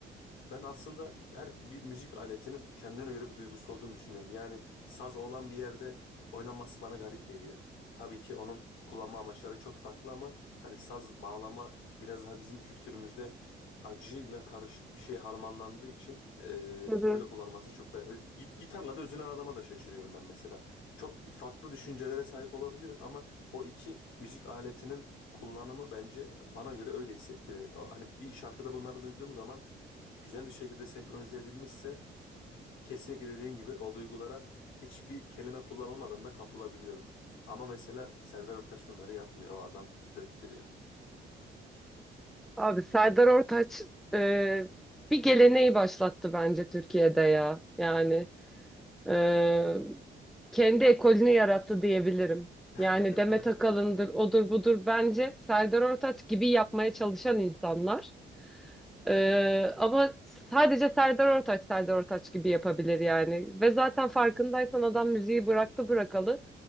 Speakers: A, on the left; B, in the centre.
A: Ben aslında her bir müzik aletinin kendine göre bir duygusu olduğunu düşünüyorum. Yani saz olan bir yerde oynanması bana garip geliyor. Tabii ki onun kullanma amaçları çok farklı ama hani saz bağlama biraz daha bizim kültürümüzde acıyla karışık bir şey harmanlandığı için eee,
B: Hı hı.
A: böyle kullanılması çok da... Git- Gitarla da üzülen adama da şaşırıyorum ben mesela. Çok farklı düşüncelere sahip olabilirim ama o iki müzik aletinin kullanımı bence bana göre öyle hissettiriyor. O- Hani bir şarkıda bunları duyduğum zaman güzel bir şekilde senkronize edilmişse kesinlikle dediğin gibi o duygulara hiçbir kelime kullanılmadan da kapılabiliyorum. Ama mesela Serdar Ortaç bunları yapmıyor. O adam döktürüyor.
B: Abi Serdar Ortaç e, bir geleneği başlattı bence Türkiye'de ya. Yani e, kendi ekolünü yarattı diyebilirim. Yani
A: <laughs>
B: Demet Akalın'dır, odur budur. Bence Serdar Ortaç gibi yapmaya çalışan insanlar. E, ama sadece Serdar Ortaç Serdar Ortaç gibi yapabilir yani. Ve zaten farkındaysan adam müziği bıraktı bırakalı.